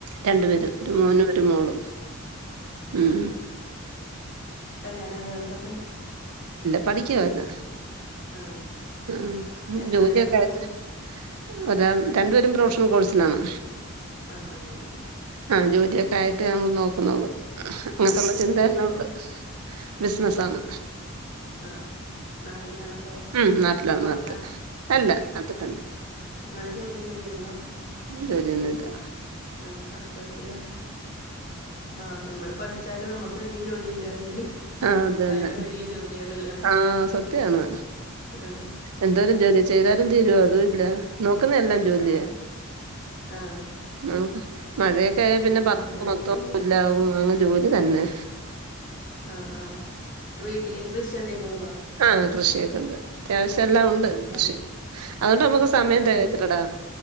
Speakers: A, on the right; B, on the left.
A: രണ്ട് പേര് ഒരു മോനും ഒരു മോളും. ഉം
B: ആ കല്യാണയോ ഓല്തൊക്കെ?
A: പഠിക്കുവാണ്
B: ആഹ്
A: ഉം
B: എത്രേലാ
A: ജോലിയൊക്കെ
B: പഠിക്കണെ
A: ആട്ടെ. ഒരാൾ രണ്ടു പേരും പ്രൊഫഷണൽ കോഴ്സിനാണ്.
B: ആ അങ്ങനെയാണ്.
A: ആ ജോലിയൊക്കെ ആയിട്ടെ നമ്മൾ നോക്കുന്നൊള്ളൂ അങ്ങൻത്തൊള്ള
B: ഉം ഹസ്
A: ചിന്തന്നെ
B: എന്ത് ചെയ്യണ്
A: ഒള്ളൂ. ബിസിനസ്സാണ്.
B: ആഹ് നാട്ടിലാണോ അതോ
A: ഉം നാട്ടിലാ
B: പൊറത്താ
A: നാട്ടിലാ അല്ല നാട്ടിത്തന്നെ.
B: ങ്ങള് ജോലി എന്തേലും ചെയ്യണ്ടോ?
A: ജോലിയൊന്നുല്ല.
B: ആ <unintelligible> കൊഴപ്പില്ല ആ നമ്മള് പഠിച്ചാല് നമ്മക്ക് വെ ട്ടില് ജോലിണ്ട്റഞ്ഞില്ലേ
A: ആ അത് തന്നെ
B: അയിലും വലിയ ജോലിയാണ്.
A: ആ സത്യാണ്
B: ആഹ്
A: എന്തോരം ജോലി ചെയ്താലും തീരുവോ അതുല്ല നോക്കുന്ന എല്ലാം ജോലിയ
B: ആഹ് ആഹ്
A: നമുക്ക് മഴയൊക്കായാ പിന്നെ
B: ഉം
A: പറമ്പ്
B: ഞാനും
A: മൊത്തം
B: തന്നെ
A: പുല്ലാവും അങ്ങ് ജോലി തന്നെ.
B: ആ ആ വീട്ടില് കൃഷി എന്തേലു
A: ആ കൃഷിയക്കെണ്ട് അത്യാവശ്യം ച്ചേല്ലാ ഉണ്ട് കൃഷി
B: ആഹ്
A: അന്നിട്ട് നമുക്ക് സമയം
B: ആഹ്
A: തികയത്തില്ലടാ.